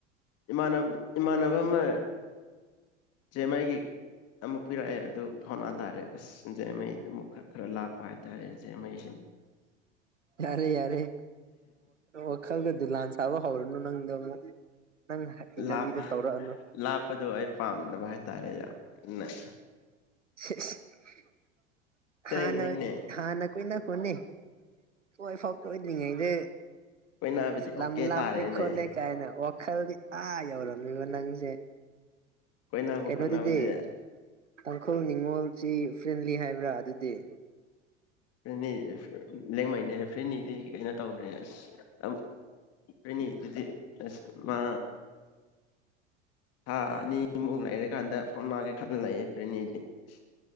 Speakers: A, on the left (about 40°); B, on the right (about 75°).
A: ꯏꯃꯥꯟꯅꯕ ꯏꯃꯥꯟꯅꯕ ꯑꯃ ꯖꯦꯝꯃꯒꯤ ꯑꯃꯨꯛ ꯄꯤꯔꯛꯑꯦ ꯑꯗꯨ ꯐꯥꯎꯅꯥ ꯇꯥꯔꯦ ꯑꯁ ꯖꯦꯝꯃꯩ ꯑꯃꯨꯛ ꯈꯔ ꯈꯔ ꯂꯥꯞꯄ ꯍꯥꯏꯇꯥꯔꯦ ꯖꯦꯃꯩꯁꯦ
B: ꯌꯥꯔꯦ ꯌꯥꯔꯦ ꯋꯥꯈꯔ ꯀꯗ ꯂꯥꯟ ꯊꯕꯣ ꯍꯧꯔꯅꯨ ꯅꯪꯗ ꯑꯃꯨꯛ ꯅꯪ ꯍꯩꯅꯕꯤꯗ
A: ꯂꯥꯞꯄ
B: ꯇꯧꯔꯛꯑꯅꯨ
A: ꯂꯥꯞꯄꯗꯣ ꯑꯩ ꯄꯥꯝꯗꯕ ꯍꯥꯏꯇꯥꯔꯦ <unintelligible>
B: <unintelligible>
A: ꯁꯦꯡꯕꯩꯅꯦ
B: ꯍꯥ ꯅꯅꯤ ꯍꯥ ꯅꯈꯣꯏ ꯅ ꯍꯅꯤ ꯀꯣꯏ ꯐꯥꯎ ꯀꯣꯏꯗ꯭ꯔꯤꯉꯩꯗ
A: ꯀꯣꯏꯅꯕꯗꯤ ꯑꯣꯀꯦ
B: ꯂꯝ ꯂꯥꯞꯄꯦ
A: ꯇꯥꯔꯦꯅꯦ
B: ꯈꯣꯠꯂꯦ ꯀꯥꯏꯅ ꯋꯥꯈꯜꯗꯤ ꯑꯥ ꯌꯧꯔꯝꯃꯤꯕ ꯅꯪꯁꯦ
A: ꯀꯣꯏꯅꯕ
B: ꯀꯩꯅꯣꯗꯨꯗꯤ
A: ꯈꯣꯠꯅꯕꯗꯤ
B: ꯇꯥꯡꯈꯨꯜ ꯅꯤꯡꯉꯣꯜ ꯁꯤ ꯐ꯭ꯔꯦꯟꯂꯤ ꯍꯥꯏꯕ꯭ꯔꯥ ꯑꯗꯨꯗꯤ
A: ꯐ꯭ꯔꯦꯅꯤ ꯂꯦꯡꯃꯩꯅꯦ ꯐ꯭ꯔꯦꯅꯤꯗꯤ ꯀꯩꯅꯣ ꯇꯧꯈ꯭ꯔꯦ ꯑꯁ ꯐ꯭ꯔꯦꯅꯤꯗꯨꯗꯤ ꯑꯁ ꯃꯥ ꯊꯥ ꯑꯅꯤꯃꯨꯛ ꯂꯩꯔꯀꯥꯟꯗ ꯐꯥꯎꯅꯒꯦ ꯈꯜꯂꯦ ꯐ꯭ꯔꯦꯅꯤꯗꯤ ꯑꯁ